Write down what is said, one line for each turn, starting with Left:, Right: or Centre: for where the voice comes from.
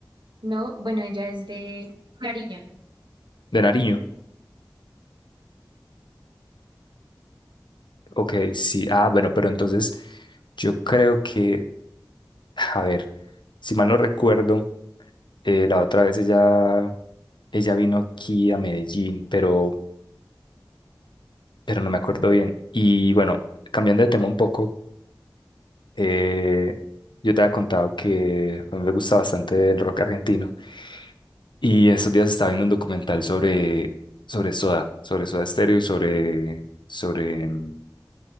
Right: No, bueno, ella es de Cariño.
Left: De Nariño. Ok, sí. Ah, bueno, pero entonces yo creo que, a ver, si mal no recuerdo, eh, la otra vez ella, ella vino aquí a Medellín, pero, pero no me acuerdo bien. Y bueno, cambiando de tema un poco, eh, yo te había contado que a mí me gusta bastante el rock argentino. Y estos días estaba viendo un documental sobre, sobre Soda, sobre Soda Stereo y sobre, sobre, mm,